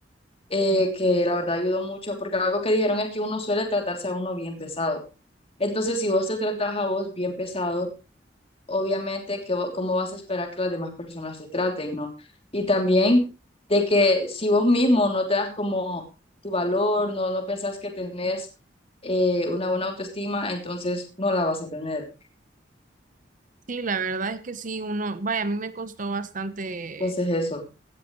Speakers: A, on the left; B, on the right.
A: eh, que la verdad ayudó mucho, porque algo que dijeron es que uno suele tratarse a uno bien pesado. Entonces, si vos te tratas a vos bien pesado, obviamente, que, vo- cómo vas a esperar que las demás personas te traten, ¿no? Y también de que si vos mismo no te das como tu valor, no, no pensás que tenés eh, una buena autoestima, entonces no la vas a tener.
B: Sí, la verdad es que sí, uno, vaya, a mí me costó bastante,
A: Entonces eso.